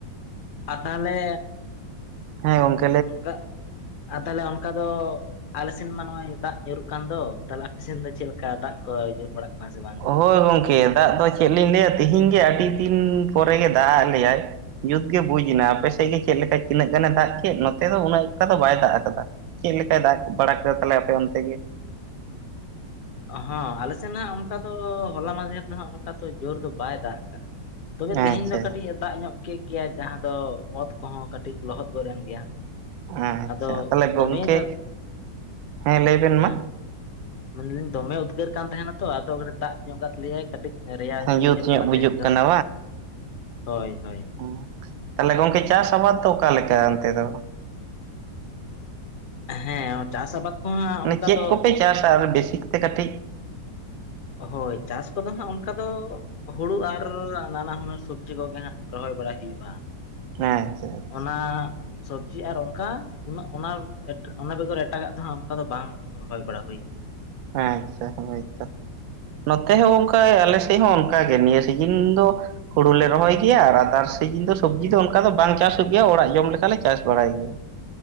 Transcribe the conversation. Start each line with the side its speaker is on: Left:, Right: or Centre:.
Left: ᱟᱨ ᱛᱟᱦᱟᱞᱮ
Right: ᱦᱮᱸ ᱜᱚᱝᱠ
Left: ᱚᱱᱠᱟ ᱟᱨ ᱛᱟᱦᱚᱞᱮ ᱚᱱᱠᱟ ᱫᱚ ᱟᱞᱮᱥᱮᱱ ᱢᱟ ᱱᱚᱜᱼᱚᱭ ᱫᱟᱜ ᱧᱩᱨᱩᱜ ᱠᱟᱱ ᱫᱚ ᱛᱟᱦᱚᱞᱮ ᱟᱯᱮᱥᱮᱱ ᱫᱚ ᱪᱮᱫ ᱞᱮᱠᱟ ᱫᱟᱜ ᱠᱚ ᱧᱩᱨ ᱵᱟᱲᱟᱜ ᱠᱟᱱᱟ ᱥᱮ ᱵᱟᱝ ᱜᱮ
Right: ᱳᱦᱳᱭ ᱜᱚᱝᱠᱮ ᱫᱟᱜ ᱫᱚ ᱪᱮᱫ ᱞᱤᱧ ᱞᱟᱹᱭᱟ ᱛᱤᱦᱤᱧ ᱜᱤ ᱟᱹᱰᱤ ᱫᱤᱱ ᱯᱚᱨᱮ ᱜᱮ ᱫᱟᱜ ᱟᱜ ᱞᱮᱭᱟᱭ᱾ ᱡᱩᱛ ᱜᱮ ᱵᱩᱡᱽ ᱱᱟ ᱟᱯᱮᱥᱮᱫ ᱜᱮ ᱪᱮᱫ ᱞᱮᱠᱟ ᱛᱤᱱᱟᱹᱜ ᱜᱟᱱᱮ ᱫᱟᱜ ᱠᱮᱫ ᱱᱚᱛᱮ ᱫᱚ ᱩᱱᱟᱹᱜ ᱚᱱᱠᱟ ᱫᱚ ᱵᱟᱭ ᱫᱟᱜ ᱟᱠᱟᱫᱟ᱾ ᱪᱮᱫ ᱞᱮᱠᱟᱭ ᱫᱟᱜ ᱵᱟᱲᱟ ᱠᱮᱫᱟ ᱛᱷᱟᱞᱮ ᱟᱯᱮ ᱚᱱᱛᱮ ᱜᱮ?
Left: ᱦᱚᱸ ᱟᱞᱮᱥᱮᱱ ᱦᱟᱸᱜ ᱚᱱᱠᱟ ᱫᱚ ᱦᱚᱞᱟ ᱢᱟᱫᱷᱮᱨ ᱫᱚ ᱦᱟᱸᱜ ᱚᱱᱠᱟ ᱫᱚ ᱡᱳᱨ ᱫᱚ ᱵᱟᱭ ᱫᱟᱜ ᱠᱟᱜᱼᱟ᱾ ᱛᱚᱵᱮ ᱛᱮᱦᱮᱧ
Right: ᱟᱪᱪᱷᱟ
Left: ᱫᱚ ᱠᱟᱹᱴᱤᱡ ᱮ ᱫᱟᱜ ᱧᱚᱜ ᱠᱮᱫ ᱜᱮᱭᱟ ᱡᱟᱦᱟᱸ ᱫᱚ ᱚᱛ ᱠᱚᱦᱚᱸ ᱠᱟᱹᱴᱤᱡ ᱞᱚᱦᱚᱫ ᱜᱚᱫ ᱮᱱ ᱜᱮᱭᱟ᱾
Right: ᱟᱪᱪᱷᱟ
Left: ᱟᱫᱚ
Right: ᱛᱟᱦᱚᱞᱮ ᱜᱚᱝᱠᱮ
Left: ᱫᱚᱢᱮ ᱡᱟᱫ
Right: ᱦᱮᱸ ᱞᱟᱹᱭ ᱵᱮᱱ
Left: ᱟᱨ
Right: ᱢᱟ
Left: ᱢᱮᱱ ᱫᱟᱹᱞᱤᱧ ᱫᱚᱢᱮ ᱩᱫᱜᱟᱹᱨ ᱠᱟᱱ ᱛᱟᱦᱮᱸᱱᱟ ᱛᱚ ᱟᱫᱚ ᱫᱟᱜ ᱧᱚᱸᱜ ᱠᱟᱫ ᱞᱮᱭᱟᱭ ᱠᱟᱹᱴᱤᱡ᱾ ᱨᱮᱭᱟᱲ ᱧᱚᱸᱜ
Right: ᱡᱩᱛ
Left: ᱵᱩᱡᱷᱟᱹᱜ
Right: ᱧᱚᱜ
Left: ᱠᱟᱱᱟ
Right: ᱵᱩᱡᱩᱜ
Left: ᱛᱮᱦᱮᱧ ᱫᱚ,
Right: ᱠᱟᱱᱟ
Left: ᱦᱳᱭ ᱦᱳᱭ᱾
Right: ᱚᱸᱠ, ᱛᱟᱦᱚᱞᱮ ᱜᱚᱝᱠᱮ ᱪᱟᱥ ᱟᱵᱟᱫ ᱫᱚ ᱚᱠᱟ ᱞᱮᱠᱟ ᱚᱱᱛᱮ ᱫᱚ?
Left: ᱦᱮᱸ ᱭᱚ ᱪᱟᱥ ᱟᱵᱟᱫ ᱠᱚᱦᱚᱸ ᱦᱟᱸᱜ
Right: ᱢᱟᱱᱮ
Left: ᱚᱱᱠᱟ
Right: ᱪᱮᱫ
Left: ᱫᱚ
Right: ᱠᱚᱯᱮ ᱪᱟᱥᱟ ᱵᱮᱥᱤᱠ ᱛᱮ ᱠᱟᱹᱴᱤᱡ?
Left: ᱦᱳᱭ ᱪᱟᱥ ᱠᱚᱫᱚ ᱦᱟᱸᱜ ᱚᱱᱠᱟ ᱫᱚ᱾ ᱦᱩᱲᱩ ᱟᱨ ᱱᱟᱱᱟ ᱦᱩᱱᱟᱹᱨ ᱥᱚᱵᱽᱡᱤ ᱠᱚᱜᱮ ᱦᱟᱸᱜ ᱨᱚᱦᱚᱭ ᱵᱟᱲᱟ ᱦᱩᱭᱩᱜᱼᱟᱹ ᱾
Right: ᱟᱪᱪᱷᱟ ᱟᱪᱪᱷᱟ
Left: ᱚᱱᱟ ᱥᱚᱵᱽᱡᱤ ᱟᱨ ᱚᱝᱠᱟ ᱩᱱᱟᱹᱜ ᱚᱱᱟ ᱮᱴ ᱚᱱᱟ ᱵᱮᱜᱚᱨ ᱮᱴᱟᱜᱟᱜ ᱛᱮᱦᱚᱸ ᱚᱱᱠᱟ ᱫᱚ ᱵᱟᱝ ᱨᱚᱦᱚᱭ ᱵᱟᱲᱟ ᱦᱩᱭ ᱠᱟᱱᱟ
Right: ᱦᱮᱸ ᱟᱪᱪᱷᱟ ᱦᱚᱸᱜᱼᱚᱭ ᱛᱚ᱾ ᱱᱚᱛᱮ ᱦᱚᱸ ᱚᱱᱠᱟ ᱟᱞᱮ ᱥᱮᱫ ᱦᱚᱸ ᱚᱱᱠᱟ ᱜᱮ ᱱᱤᱭᱟᱹ ᱥᱤᱡᱤᱱ ᱫᱚ ᱦᱩᱲᱩ ᱞᱮ ᱨᱚᱦᱚᱭ ᱜᱮᱭᱟ ᱟᱨ ᱟᱫᱟᱨᱥ ᱥᱤᱡᱤᱱ ᱫᱚ ᱥᱚᱵᱽᱡᱤ ᱫᱚ ᱚᱱᱠᱟ ᱫᱚ ᱵᱟᱝ ᱪᱟᱥᱚᱜ ᱜᱮᱭᱟ ᱚᱲᱟᱜ ᱡᱚᱢ ᱞᱮᱠᱟᱞᱮ ᱪᱟᱥ ᱵᱟᱲᱟᱭ ᱜᱮᱭᱟ᱾